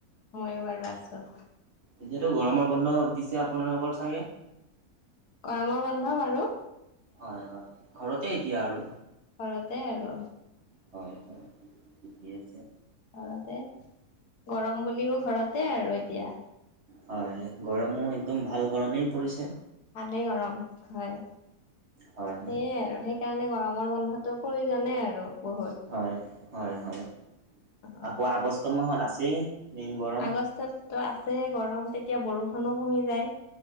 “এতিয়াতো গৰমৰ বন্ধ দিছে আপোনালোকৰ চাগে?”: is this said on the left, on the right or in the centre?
Right